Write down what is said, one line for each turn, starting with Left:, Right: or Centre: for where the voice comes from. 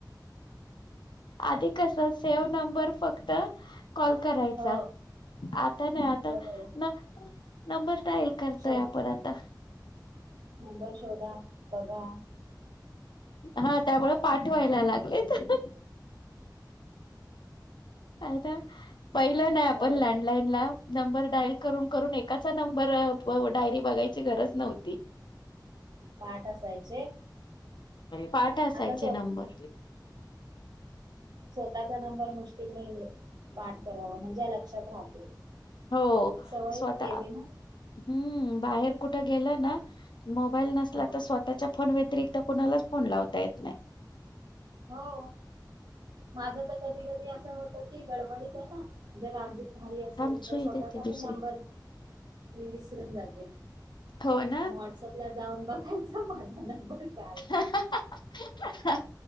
Left: आधी कसं सेव नंबर फक्त कॉल करायचा.
Right: हो
Left: आता नाही आता
Right: बरोबर
Left: ना ह् नंबर डाईल करतोय
Right: शोध
Left: आपण आता
Right: नंबर शोधा बघा
Left: हा त्यामुळे
Right: असं
Left: पाठवायला
Right: होऊन जात
Left: लागलेत ह् का ना पहिलं नाही आपण
Right: हो
Left: लाॅएलाईनला. ला नंबर डाईल करून-करून एकाचा नंबर डायरी बघायची गरज नव्हती
Right: पाठ असायचे
Left: पाठ असायचे
Right: आता स्व
Left: नंबर
Right: आताचा नंबर मुश्किल तीन महिने. पाठ करावं म्हणजे लक्षात राहतो
Left: हो
Right: सवयच
Left: स्वतः
Right: केली ना
Left: हम्म बाहेर कुठं गेला ना मोबाईल नसला
Right: हा
Left: तर स्वतःच्या फोन व्यतिरिक्त तर कुणाला फोन लाव येत नाही..
Right: हो माझं तर कधी कधी असं होत की. गडबडीत आहे ना. जर लागलीच घाई असेल
Left: थांब सुई
Right: तर स्वतःचा
Left: देते दुसरी
Right: पण नंबर. मी विसरून जाते.
Left: हो ना
Right: म व्हॉट्सअपला. जाऊन बघायच माझा नंबर काय हं हहं.
Left: हं हंंहह हं...